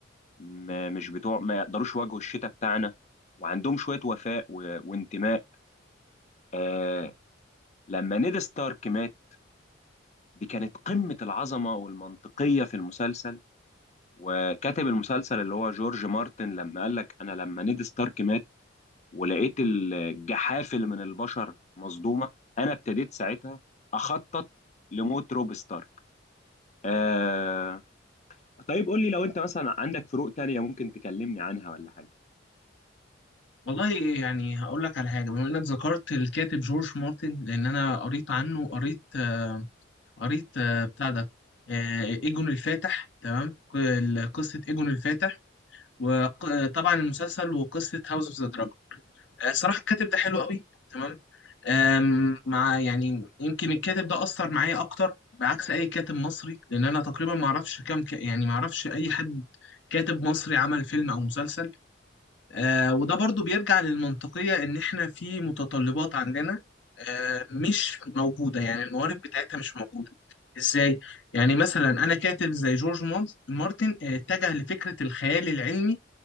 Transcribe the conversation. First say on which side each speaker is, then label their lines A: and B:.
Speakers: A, on the left; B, on the left.
A: ما... مش بتوع ما يقدروش يواجهوا الشتاء بتاعنا وعندهم شويه وفاء و... وانتماء آه... لما نيد ستارك مات دي كانت قمة العظمة والمنطقية في المسلسل وكاتب المسلسل اللي هو جورج مارتن لما قال لك أنا لما نيد ستارك مات ولقيت الجحافل من البشر مصدومة أنا ابتديت ساعتها أخطط لموت روب ستارك آه... طيب قول لي لو أنت مثلا عندك فروق تانية ممكن تكلمني عنها ولا حاجة
B: والله يعني هقول لك على حاجه بما انك ذكرت الكاتب جورج مارتن لان انا قريت عنه قريت آه، قريت آه، بتاع ده آه، ايجون الفاتح تمام ك- قصه ايجون الفاتح وطبعا المسلسل وقصه هاوس اوف ذا دراجون صراحه الكاتب ده حلو قوي تمام أم، مع يعني يمكن الكاتب ده أثر معايا أكتر بعكس أي كاتب مصري لأن أنا تقريبا ما أعرفش كام ك... يعني ما أعرفش أي حد كاتب مصري عمل فيلم أو مسلسل أه وده برضو بيرجع للمنطقية إن إحنا في متطلبات عندنا أه مش موجودة يعني الموارد بتاعتها مش موجودة إزاي؟ يعني مثلا أنا كاتب زي جورج مارت- مارتن آه، اتجه لفكرة الخيال العلمي